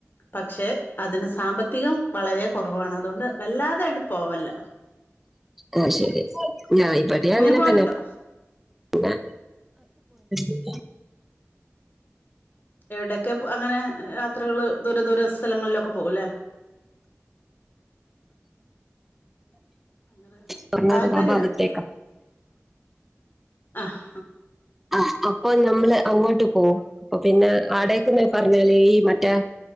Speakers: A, on the left (about 40°); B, in the centre.
A: പക്ഷെ അതിന് സാമ്പത്തികം വളരെ കുറവാണ് അതുകൊണ്ട് വല്ലാതെട് പോവല്ല
B: ഓഹ് ശെരി ഞാൻ ഇബ്ടെ അങ്ങനെ
A: നീ പോവലുണ്ടോ
B: തന്നെ പിന്നാ <unintelligible>
A: എവിടെക്കെ അങ്ങനെ യാത്രകള് ദൂര ദൂര സ്ഥലങ്ങളിലൊക്കെ പോകുല്ലേ അങ്ങനെ
B: കർണാടക
A: താല്പര്യ
B: ഭാഗത്തേക്ക
A: ആഹ്
B: ആഹ് അപ്പൊ നമ്മള് അങ്ങോട്ട് പോവും അപ്പൊ പിന്നെ ആടേക്ക് പറഞ്ഞല് ഈ മറ്റേ